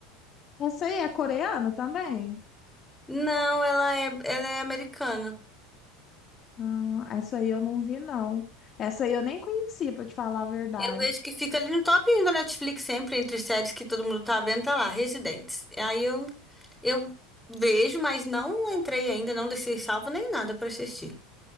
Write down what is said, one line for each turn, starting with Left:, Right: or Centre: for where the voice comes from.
Left: Essa aí é coreana também?
Centre: Não, ela é, ela é americana.
Left: Ah, essa aí eu não vi, não. Essa aí eu nem conheci, pra te falar a verdade.
Centre: Eu vejo que fica ali no top 1 da Netflix sempre, entre séries que todo mundo tá vendo, tá lá, Residentes. Aí eu, eu vejo, mas não entrei ainda, não deixei salvo nem nada pra assistir.